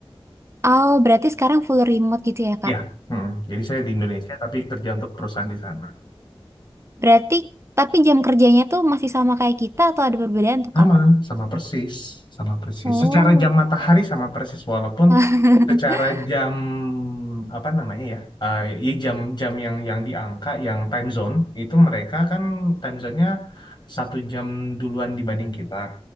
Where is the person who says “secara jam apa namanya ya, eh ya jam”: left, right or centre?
Left